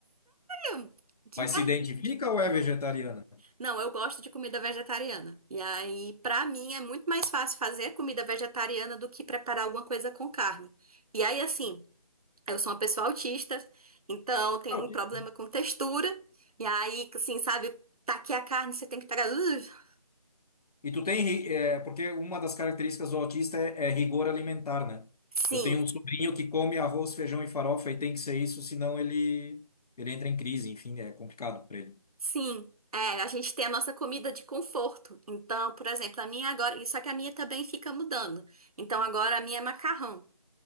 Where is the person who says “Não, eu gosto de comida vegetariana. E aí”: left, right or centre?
Right